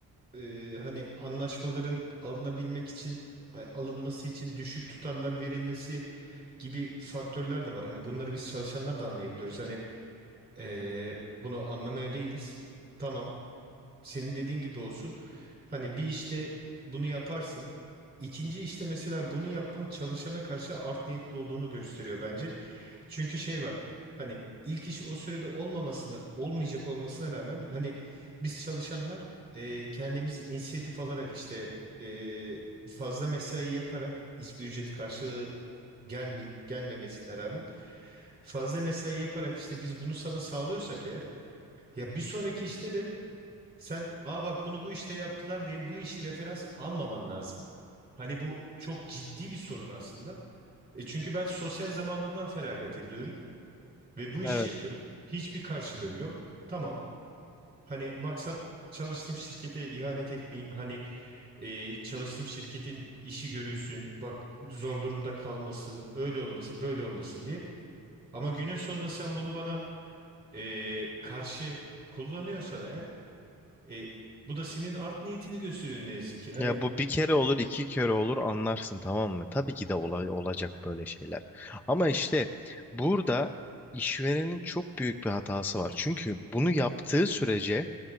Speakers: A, on the right; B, in the centre.
A: e, hani anlaşmaların alınabilmek için, a- alınması için düşük tutarlar verilmesi gibi faktörler de var. Hani bunları biz çalışanlar da anlayabiliyoruz. Hani e, bunu anlamaya değiliz. Tamam, senin dediğin gibi olsun. Hani bir işte bunu yaparsın. İkinci işte mesela bunu yapman çalışana karşı art niyetli olduğunu gösteriyor bence. Çünkü şey var. Hani ilk iş o sürede olmamasını, olmayacak olmasına rağmen hani biz çalışanlar e, kendimiz inisiyatif alarak işte e, fazla mesai yaparak hiçbir ücret karşılığı gelmi gelmemesine rağmen fazla mesai yaparak işte biz bunu sana sağlıyorsak eğer ya bir sonraki işte de sen aa bak bunu bu işte yaptılar diye bu işi referans almaman lazım. Hani bu çok ciddi bir sorun aslında. E çünkü ben sosyal zamanımdan feragat ediyorum ve bu işi
B: Evet.
A: yapıyorum. Hiçbir karşılığım yok. Tamam. Hani maksat çalıştığım şirkete ihanet etmeyeyim. Hani e, çalıştığım şirketin işi görülsün. Bak zor durumda kalmasın. Öyle olmasın, böyle olmasın diye. Ama günün sonunda sen bunu bana e, karşı kullanıyorsan eğer e, bu da senin art niyetini gösteriyor ne yazık ki. Hani
B: Ya bu bir kere olur, iki kere olur anlarsın tamam mı? Tabii ki de ola- olacak böyle şeyler. Ama işte burada işverenin çok büyük bir hatası var. Çünkü bunu yaptığı sürece